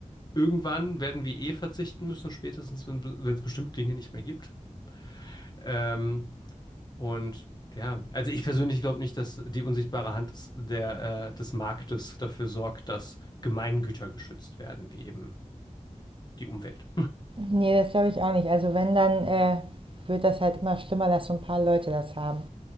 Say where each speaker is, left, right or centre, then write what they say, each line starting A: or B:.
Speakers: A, on the left; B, on the right.
A: Irgendwann werden wir eh verzichten müssen, spätestens wenn wenn es bestimmte Dinge nicht mehr gibt. Ähm, und ja, also ich persönlich glaube nicht, dass die unsichtbare Hand des, der, äh, des Marktes dafür sorgt, dass Gemeingüter geschützt werden, wie eben die Umwelt.
B: Ne, das glaube ich auch nicht. Also wenn, dann, äh, wird das halt immer schlimmer, dass so ein paar Leute das haben.